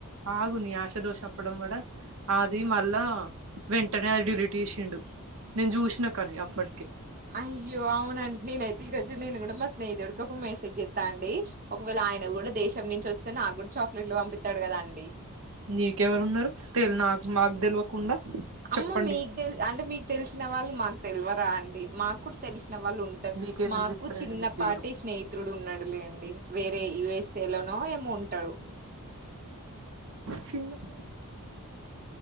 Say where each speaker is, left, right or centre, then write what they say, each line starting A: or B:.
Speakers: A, on the right (about 65°); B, on the right (about 40°).
A: ఆగునీ ఆశదో షప్పడం కూడా అది మళ్ళా వెంటనే అది డిలీట్ చేసిండు నేను చూసినా కానీ అప్పటికి
B: అయ్యో అవునండి నేనైతే ఈ రోజు నేను కూడా మా స్నేహితుడికి ఒక మెసేజ్ చెస్తా అండి ఒకవేళ ఆయన కూడా దేశం నుంచి వస్తే నాకు కూడా చాక్లెట్లు పంపిస్తడు కద అండి
A: నీకెవరున్నారు తె నాకు మాకు తెలియకుండా
B: అమ్మ
A: చెప్పండి
B: మీకు అంటే మీకు తెలిసిన వాళ్ళు మాకు తెలివరా అండి మాకు కూడా తెలిసిన వాళ్ళు ఉంటరు
A: మీకెందుకు
B: మాకు
A: చెప్తారండి
B: చిన్నపాటి
A: మీకు దేరు
B: స్నేహితుడు ఉన్నడులేండి వేరే యుఎస్ఏ లోనో ఏమో ఉంటాడు
A: చిన్నపాటు